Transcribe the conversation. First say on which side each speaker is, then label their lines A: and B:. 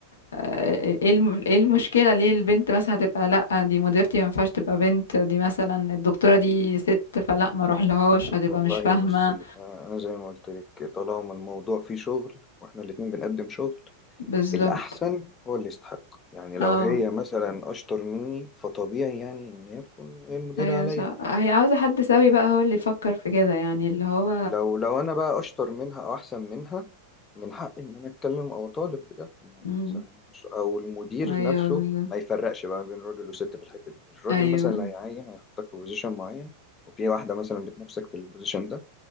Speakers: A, on the left (about 65°); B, on the left (about 25°).
A: اه، ايه الم- ايه المشكلة ليه البنت مثلا هتبقى لا دي مديرتي ما ينفعش تبقى بنت دي مثلا الدكتورة دي ست فلا ما اروح لهاش هتبقى
B: والله
A: مش فاهمة
B: بصي آه، انا زي ما قلت لك طالما الموضوع فيه شغل واحنا الاتنين بنقدم شغل
A: <clears throat> بالظبط
B: الأحسن هو اللي يستحق يعني لو
A: اه
B: هي مثلا أشطر مني فطبيعي يعني إن هي تكون هي المديرة
A: ايوه
B: عليا
A: صح هي عاوزة حد سوي بقى هو اللي يفكر في كده يعني اللي هو
B: لو لو أنا بقى أشطر منها أو أحسن منها من حق إن أنا أتكلم أو أطالب بده إن أنا
A: امم
B: مثلا مش- أو المدير
A: ايوه
B: نفسه
A: بالظبط
B: ما يفرقش بقى بين راجل وست في الحتة دي الراجل
A: ايوه
B: مثلا اللي هيعين هيحطك في بوزيشن معين وفي واحدة مثلا بتنافسك في البوزيشن ده